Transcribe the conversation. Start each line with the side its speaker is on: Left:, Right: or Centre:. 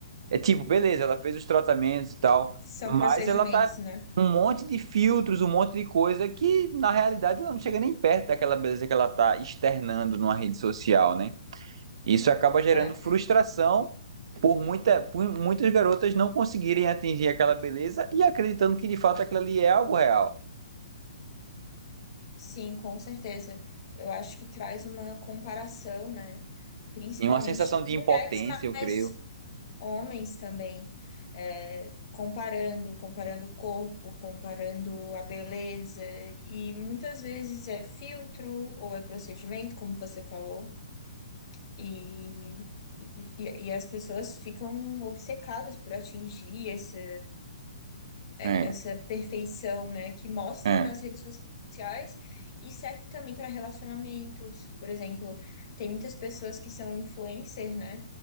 Right: É tipo, beleza, ela fez os tratamentos e tal,
Left: São
Right: mas
Left: procedimentos,
Right: ela tá
Left: né?
Right: com um monte de filtros, um monte de coisa que na realidade ela não chega nem perto daquela beleza que ela tá externando numa rede social, né? Isso acaba gerando
Left: É,
Right: frustração por, muita, por muitas garotas não conseguirem atingir aquela beleza e acreditando que de fato aquilo ali é algo real.
Left: sim, com certeza. Eu acho que traz uma comparação, né? Principalmente
Right: E uma sensação de
Left: mulheres,
Right: impotência,
Left: mas
Right: eu creio.
Left: homens também, é, comparando, comparando o corpo, comparando a beleza, e muitas vezes é filtro ou é procedimento, como você falou, e, e, e e as pessoas ficam obcecadas por atingir essa é,
Right: É,
Left: essa perfeição, né, que mostra
Right: é,
Left: nas redes sociais e serve também para relacionamentos. Por exemplo, tem muitas pessoas que são influencers, né,